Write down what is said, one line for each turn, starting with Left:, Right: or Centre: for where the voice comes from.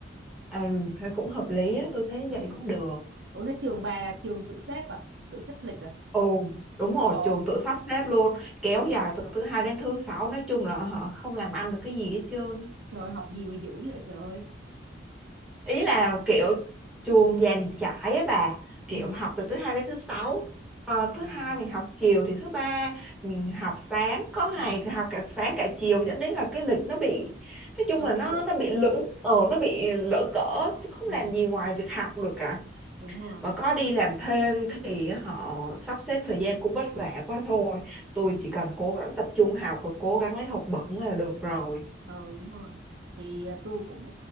Centre: ừ thế cũng hợp lý á tôi thấy
Right: ừ
Centre: vậy cũng được
Right: Ủa thế trường bà là trường tự xếp à? Tự xếp lịch à?
Centre: ồ đúng rồi
Right: Ờ,
Centre: trường tự sắp xếp luôn kéo
Right: ừ,
Centre: dài từ thứ hai đến thứ sáu nói chung là họ không làm ăn được cái gì hết trơn
Right: Trời ơi, học gì mà dữ vậy trời ơi.
Centre: ý là kiểu trường dàn trải á bà
Right: Ừ,
Centre: kiểu học từ thứ hai đến thứ sáu Ờ, thứ
Right: ừ,
Centre: hai mình học chiều thì thứ ba mình học sáng có ngày
Right: ừ,
Centre: thì học cả sáng cả chiều dẫn đến là cái lịch nó bị nói chung
Right: lộn
Centre: là nó
Right: xộn.
Centre: nó bị lững ờ nó bị lỡ cỡ không
Right: Ừ,
Centre: làm gì ngoài việc học được cả
Right: đúng rồi.
Centre: mà có đi làm thêm thì họ sắp xếp thời gian cũng vất vả quá thôi tôi
Right: Ừ,
Centre: chỉ cần cố gắng tập trung học và cố gắng lấy học bổng là được rồi
Right: ờ đúng rồi. Thì à, tôi cũng